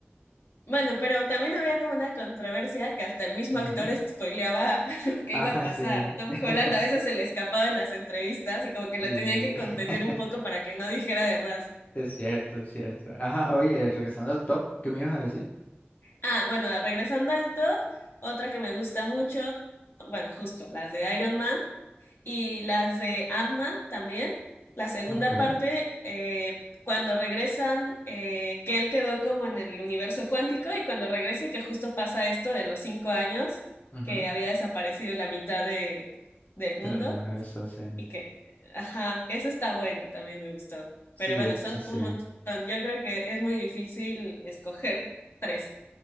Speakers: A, on the left (about 60°); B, on the left (about 35°).
A: Bueno, pero también había como una controversia que hasta el mismo
B: Ujú.
A: actor spoileaba <laughs> lo que
B: Ah,
A: iba a pasar.
B: sí.
A: Tom
B: <laughs>
A: Holland a veces se le escapaba en las entrevistas y como que
B: Sí,
A: lo tenían que contener
B: <laughs>
A: un poco para que no dijera de más.
B: es cierto, es cierto. Ajá, oye, regresando al top, ¿qué me ibas a decir?
A: Ah, bueno, regresando al top, otra que me gusta mucho, bueno, justo las de Iron Man y las de Ant-Man también. La segunda
B: Ok,
A: parte, eh, cuando regresan, eh, que él quedó como en el universo cuántico y cuando regresa y que justo pasa esto de los cinco años,
B: ujú,
A: que había desaparecido la mitad de, del mundo
B: Del universo, sí.
A: y que, ajá, esa está buena, también me gustó.
B: Sí,
A: Pero
B: de
A: bueno,
B: hecho,
A: son
B: sí.
A: un montón. Yo creo que es muy difícil escoger tres.